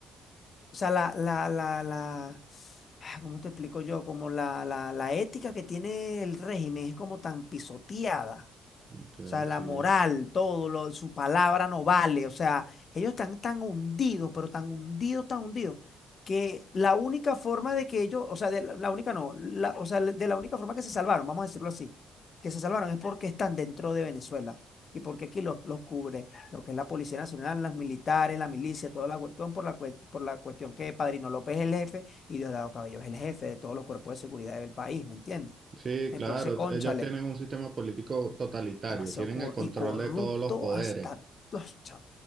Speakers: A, on the left (about 45°); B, on the right (about 40°).
A: o sea, la, la, la, la, ah, ¿cómo te explico yo? Como la, la, la ética que tiene el régimen es como tan pisoteada.
B: Ok,
A: O sea,
B: sí.
A: la moral, todo, lo, su palabra no vale. O sea, ellos están tan hundidos, pero tan hundidos, tan hundidos, que la única forma de que ellos, o sea, de la, la única no, la- o sea, de la única forma que se salvaron, vamos a decirlo así, que se salvaron es porque están dentro de Venezuela y porque aquí los, los cubre lo que es la Policía Nacional, las militares, la milicia, toda la cuestión por la, cue- por la cuestión que Padrino López es el jefe y Diosdado Cabello es el jefe de todos los cuerpos de seguridad del país, ¿me entiendes?
B: Sí,
A: Entonces,
B: claro,
A: cónchale
B: ellos tienen un sistema político totalitario,
A: demasiado
B: tienen
A: cor-
B: el control
A: y corrupto
B: de todos los poderes.
A: hasta... Uf, chao.